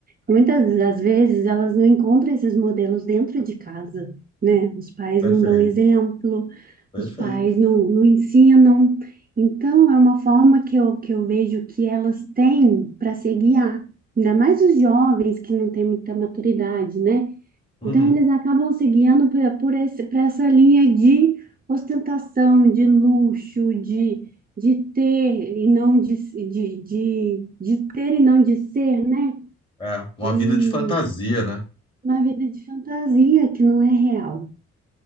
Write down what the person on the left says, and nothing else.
Perfeito,
perfeito.
Uhum.
É, uma
vida de fantasia, né?